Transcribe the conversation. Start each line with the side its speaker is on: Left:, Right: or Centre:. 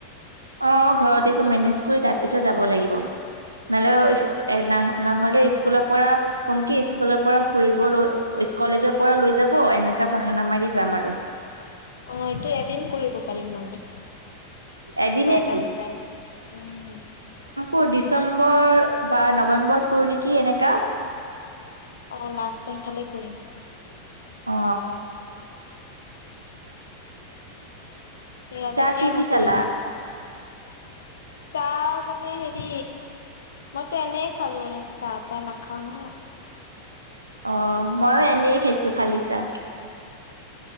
Right: অ ঘৰত এইটো মেনেজ কৰি তাৰ পিছত যাব লাগিব। <unintelligible> ইস্কুলৰ পৰা কম কি ইস্কুলৰ পৰা ফুৰিব লৈ কলেজৰ পৰা লৈ যাব এনেকা বাহান না মাৰি যাম আৰু।
Left: অ এইটো এদিন কৰিব পাৰিম মানে। কিবা
Right: এদিনেতো
Left: এটা মিলাই, উম।
Right: উ ডিচেম্বৰ বা নৱেম্বৰত কৰো নেকি এনেকা।
Left: অ লাষ্টৰ ফালে কৰিম।
Right: অ।
Left: সেয়াত
Right: চাহ
Left: এতিয়া
Right: কিদি
Left: নকৰো
Right: খালা?
Left: মানে। তাহ মানে হেৰি মইতো এনে খালো আৰু চাহ-তাহ নাখাওঁ নহয়।
Right: অ' মইয়ো এনেই খাইছো, খালি চাহ।